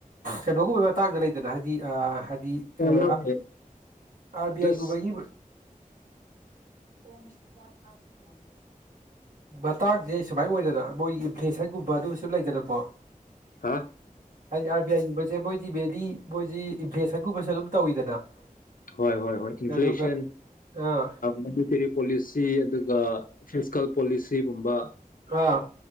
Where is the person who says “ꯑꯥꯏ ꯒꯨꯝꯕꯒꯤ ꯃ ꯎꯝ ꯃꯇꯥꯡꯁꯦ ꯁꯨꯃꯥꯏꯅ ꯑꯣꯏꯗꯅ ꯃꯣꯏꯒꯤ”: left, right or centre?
Right